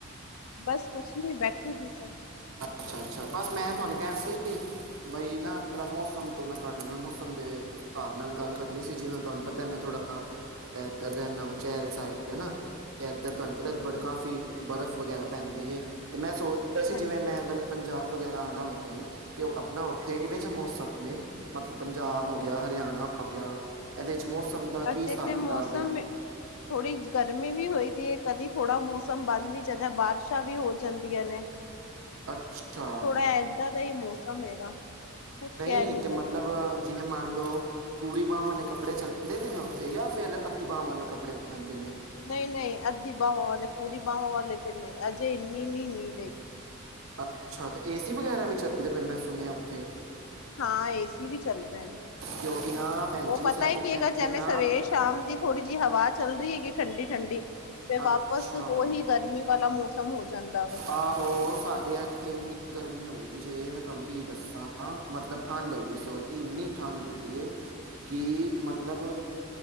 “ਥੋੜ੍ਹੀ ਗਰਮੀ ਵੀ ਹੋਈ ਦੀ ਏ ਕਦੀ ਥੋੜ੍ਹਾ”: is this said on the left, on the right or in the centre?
Left